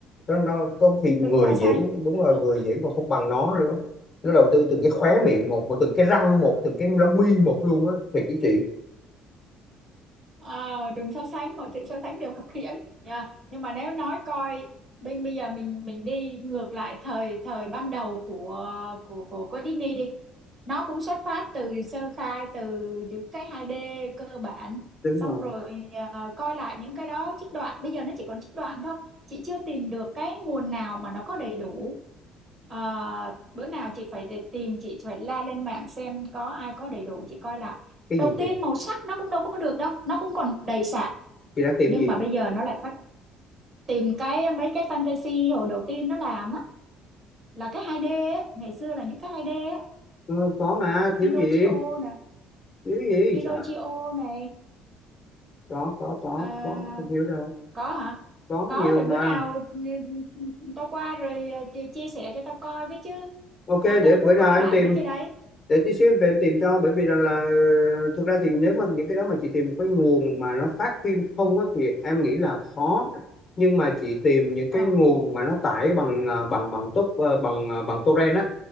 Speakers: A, on the left; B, on the right.
A: đó nó có thì người
B: đừng so
A: diễn
B: sánh
A: đúng rồi
B: Mọi-
A: người diễn còn không bằng nó nữa nó đầu tư từng cái khóe miệng một một từng cái răng một từng cái lông mi một luôn á thiệt cái chị
B: Ờ, đừng so sánh mọi sự so sánh đều khập khiễng nha nhưng mà nếu nói coi bên bây giờ mình mình đi ngược lại thời thời ban đầu của của của của Disney đi nó cũng xuất phát từ sơ khai từ những cái 2D cơ bản
A: đúng
B: xong
A: rồi
B: rồi ờ, coi lại những cái đó trích đoạn bây giờ nó chỉ còn trích đoạn thôi chị chưa tìm được cái nguồn nào mà nó có đầy đủ Ờ, bữa nào chị phải để tìm chị phải la lên mạng xem có ai có đầy đủ chị coi lại
A: cái
B: đầu
A: gì
B: tiên
A: chị
B: màu sắc nó cũng đâu có được đâu nó cũng còn đầy sạn
A: chị đang tìm
B: nhưng
A: gì
B: mà bây giờ nó lại phát tìm cái mấy cái fantasy hồi đầu tiên nó làm á là cái 2D á. ngày xưa là những cái 2D á.
A: Ừ, có mà thiếu
B: Pinocchio
A: gì
B: nè
A: thiếu gì
B: Pinocchio
A: trời
B: này
A: có có có
B: Ờ,
A: có không thiếu đâu
B: có hả
A: có
B: có
A: nhiều
B: thì
A: mà
B: bữa nào ừ, ừ, ừ, tao qua rồi ờ, chia chia sẻ cho tao coi với chứ
A: ok
B: à,
A: để
B: tao muốn
A: bữa nào
B: coi
A: em
B: lại
A: tìm
B: mấy cái đấy
A: để tí xíu em về em tìm cho bởi vì rằng là ờ, thực ra thì nếu mà những cái đó mà chị tìm một cái nguồn mà nó phát phim không á, thì em nghĩ là khó nhưng mà chị tìm những
B: Ờ,
A: cái nguồn mà nó tải bằng ờ, bằng bằng tốt ờ, bằng ờ, bằng torrent á